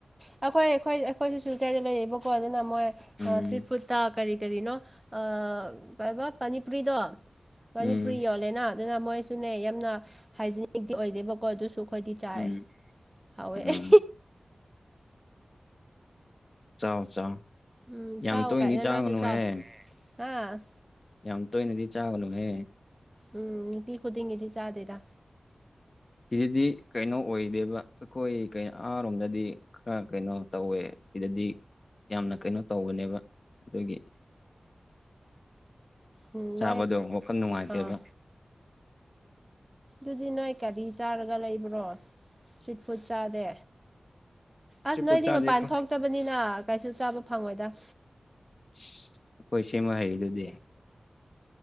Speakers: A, on the right; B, on the left.
A: ꯑꯩꯈꯣꯏ ꯑꯩꯈꯣꯏ ꯑꯩꯈꯣꯏꯁꯨ ꯁꯤꯜꯆꯔꯗ ꯂꯩꯌꯦꯕꯀꯣ ꯑꯗꯨꯅ ꯃꯣꯏ ꯏꯁꯇ꯭ꯔꯤꯠ
B: ꯎꯝ
A: ꯐꯨꯠ ꯇ ꯀꯔꯤ ꯀꯔꯤꯅꯣ ꯑ ꯀꯩꯕ ꯄꯅꯤꯄꯨꯔꯤꯗꯣ ꯄꯅꯤꯄꯨꯔꯤ
B: ꯎꯝ
A: ꯌꯣꯜꯂꯦꯅ ꯑꯗꯨꯅ ꯃꯣꯏꯁꯨꯅꯦ ꯌꯥꯝꯅ ꯍꯥꯏꯖꯤꯅꯤꯛꯇꯤ ꯑꯣꯏꯗꯦꯕꯀꯣ ꯑꯗꯨꯁꯨ ꯑꯩꯈꯣꯏꯗꯤ ꯆꯥꯔꯦ
B: ꯎꯝ
A: ꯍꯥꯎꯋꯦ
B: ꯎꯝ
A: ꯑꯦ꯫
B: ꯆꯥꯎ ꯆꯥꯎ
A: ꯎꯝ
B: ꯌꯥꯝ
A: ꯆꯥꯎ
B: ꯇꯣꯏꯅꯗꯤ
A: ꯀꯥꯏꯅ
B: ꯆꯥꯒꯅꯨꯍꯦ꯫
A: ꯅꯣꯏꯁꯨ ꯆꯥꯎ ꯍꯥ
B: ꯌꯥꯝ ꯇꯣꯏꯅꯗꯤ ꯆꯥꯕꯅꯨꯍꯦ꯫
A: ꯎꯝ ꯅꯨꯡꯇꯤ ꯈꯨꯗꯤꯡꯒꯤꯗꯤ ꯆꯥꯗꯦꯗ꯫
B: ꯁꯤꯗꯗꯤ ꯀꯩꯅꯣ ꯑꯣꯏꯗꯦꯕ ꯑꯈꯣꯏ ꯀꯩ ꯑꯃꯔꯣꯝꯗꯗꯤ꯫ ꯈꯔ ꯀꯩꯅꯣ ꯇꯧꯋꯦ ꯁꯤꯗꯗꯤ꯫ ꯌꯥꯝꯅ ꯀꯩꯅꯣ ꯇꯧꯕꯅꯦꯕ ꯑꯗꯨꯒꯤ꯫
A: ꯎꯝ
B: ꯆꯥꯕꯗꯣ
A: ꯃꯣꯏ
B: ꯋꯥꯈꯜ ꯅꯨꯡꯉꯥꯏꯇꯦꯕ꯫
A: ꯑꯥ ꯗꯨꯗꯤ ꯅꯣꯏ ꯀꯔꯤ ꯆꯥꯔꯒ ꯂꯩꯕ꯭ꯔꯣ ꯏꯁꯇ꯭ꯔꯤꯠ ꯐꯨꯗ ꯆꯥꯗꯦ꯫ ꯑꯁ
B: ꯁꯤ ꯄꯣꯠ
A: ꯅꯣꯏꯗꯤ
B: ꯆꯥꯗꯦ
A: ꯃꯄꯥꯟ
B: ꯑꯩꯈꯣꯏ
A: ꯊꯣꯛꯇꯕꯅꯤꯅ ꯀꯩꯁꯨ ꯆꯥꯕ ꯐꯪꯉꯣꯏꯗ
B: ꯁ ꯈꯣꯏ ꯁꯤꯃꯥ ꯍꯩꯗꯨꯗꯤ꯫